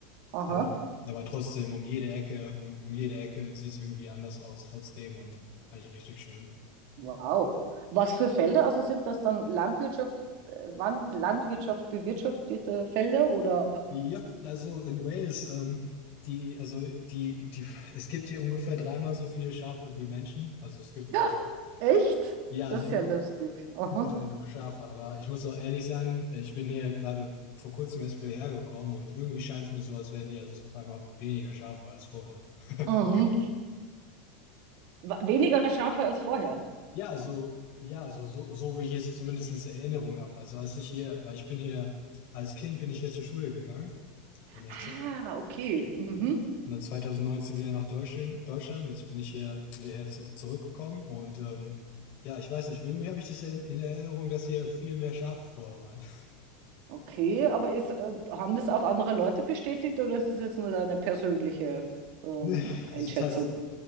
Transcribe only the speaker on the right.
Aha,
wow. Was für Felder? Also sind das dann Landwirtschaft, äh, Wan- Landwirtschaft bewirtschaftete Felder oder?
Ja, echt?
Das
ist ja lustig. Aha.
Mhm. Wa- Weniger Schafe als vorher.
Ah,
okay. Mhm.
Okay, aber ist, äh, haben das auch andere Leute bestätigt oder ist das jetzt nur deine persönliche ähm,
Einschätzung?